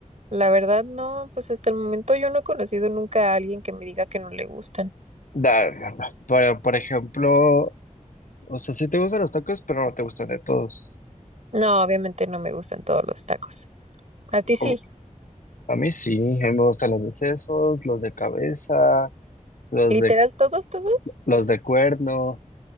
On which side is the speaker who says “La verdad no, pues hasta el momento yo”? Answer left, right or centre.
Right